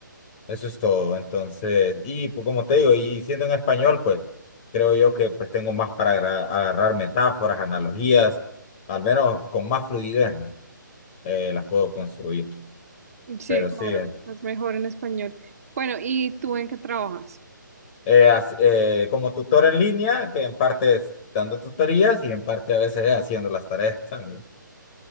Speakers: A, on the left; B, on the right.
A: Eso es todo. Entonces, y pues, como te digo, y siendo en español, pues creo yo que pues tengo más para agra- agarrar metáforas, analogías, al menos con más fluidez, ¿no? Eh, las puedo construir.
B: Sí,
A: Pero
B: claro,
A: sí, eh,
B: es mejor en español. Bueno, ¿y tú en qué trabajas?
A: eh, as- eh, como tutor en línea, que en parte es dando tutorías y en parte a veces eh, haciendo las tareas también.